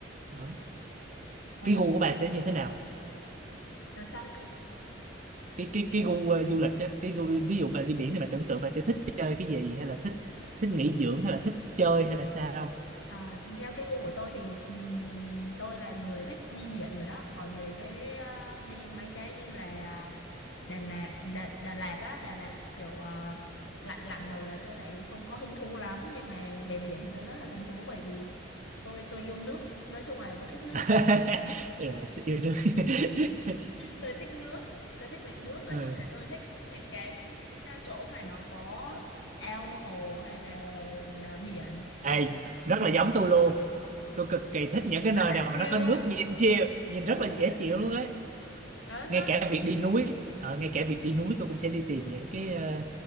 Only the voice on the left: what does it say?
ngoài
đó
làm sao cơ
À, theo cái gu của tôi thì ừm, tôi là người thích đi biển rồi đó còn về cái ờ, đi mấy cái như là Đà Lạt Đà, Đà Lạt á Đà Lạt kiểu ờ, lặn lặn đồ là tôi lại không có hứng thú lắm nhưng mà về biển thì tôi rất là hứng thú bởi vì tôi tôi yêu nước nói chung là tôi thích nước
tôi thích nước tôi thích nghịch nước nói
chung là tôi thích những cái ừm, à, chỗ mà nó có ao hồ hay là, là biển
tại vì
nó
rất là
chill
á
đúng rồi
rất, rất
là
chill
nó
nó